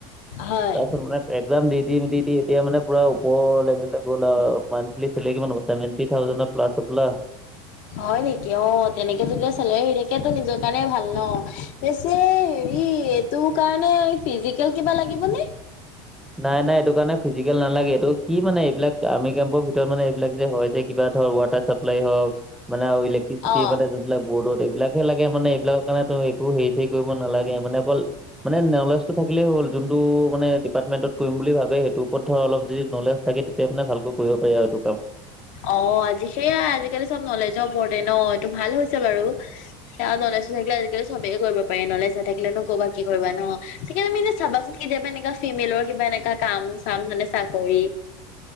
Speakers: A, on the left (about 60°); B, in the centre.
A: হয়।
B: তাৰপিছত মানে একজাম দি দি দি দি এতিয়া মানে পোৰা ওপৰ লেভেললে গ'ল আৰু মান্থলি চেলেৰি কিমান হ'ব ছেভেনটি থাউজেণ্ডত প্লাছ হবলা।
A: হয় নেকি অঁ তেনেকে। <inaudible> সালাৰী আহি থাকে তেতিয়া নিজৰ কাৰণে ভাল ন পেছে হেৰি এইটোৰ কাৰণে ফিজিকেল কিবা লাগিব নে?
B: নাই নাই এইটো কাৰণে ফিজিকেল নালাগে এইটো কি মানে এইবিলাক আৰ্মি কেম্পৰ ভিতৰত মানে এইবিলাক যে হয় যে কিবা ধৰ <inaudible> <inaudible> চাপলাই হওঁক মানে আৰু ইলেক্ট্ৰিচিটি
A: অ
B: মানে এইবিলাক বৰ্ডত এইবিলাকহে লাগে মানে এইবিলাকৰ কাৰণে তো একো হেৰি চেৰি কৰিব নালাগে মানে অকল মানে নলেজটো থাকিলেই হ'ল যোনটো মানে ইপাৰ্টমেণ্ট কৰিম বুলি ভাবে সেইটো ওপৰত ধৰ অলপ যদি নলেজ থাকে তেতিয়া মানে ভালকে কৰিব পাৰি আৰু এইটো কাম।
A: অঁ আজি সেইয়াই আজিকালি চব নলেজৰ ওপৰতে ন এইটো ভাল হৈছে বাৰু নলেজটো থাকিলে আজিকালি চবে কৰিব পাৰি নলেজ নাথাকিলে নো ক'পা কি কৰিবা ন! <inaudible> তুমি আনে চাবাচোন কেতিয়াবা এনেকুৱাও ফিমেলৰ কিবা এনেকা কাম চাম মানে চাকৰি